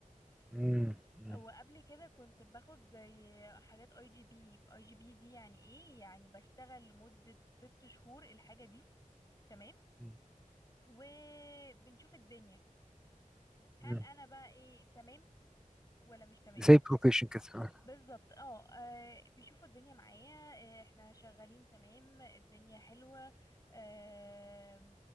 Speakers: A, in the centre; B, on the left.
A: مم. مم.
B: وقبل كده كنت باخد زي حاجات اي جي بي اي جي بي دي يعني ايه يعني بشتغل لمده ست شهور الحاجه دي تمام
A: مم.
B: وبنشوف الدنيا هل
A: مم.
B: انا بقى ايه تمام ولا مش تمام
A: زي بروفيشن كده آه.
B: بالظبط اه آه، بيشوفوا الدنيا معايا آه، احنا شغالين تمام الدنيا حلوة آه،